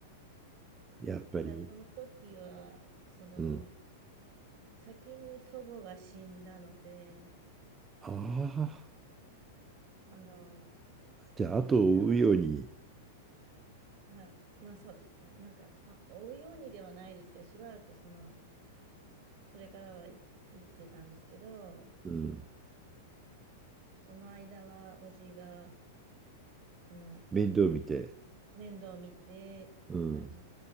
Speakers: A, on the right; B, on the right.
A: やっぱり。
B: ただその時は、その、
A: うん。
B: 先に祖母が死んだので、
A: ああ、
B: あの、
A: じゃあ、
B: おじが
A: 後を追うように、
B: はい。まあそうですね。なんか、まあ、追うようにではないですけど、しばらくその、それからはい生きてたんですけど、
A: うん、
B: その間は、おじが、あの、
A: 面倒見て。
B: 面倒を見てって感じ
A: うん。